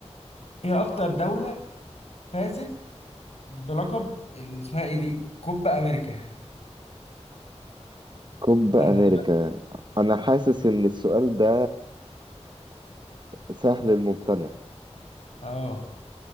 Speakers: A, on the left (about 60°); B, on the right (about 40°).
A: هي اكتر دولة فازت بلقب ال- اسمها ايه دي كوبا امريكا
B: كوب
A: سهلة
B: أمريكا
A: دي بقى
B: أنا حاسس إن السؤال ده سهل الممتنع
A: اه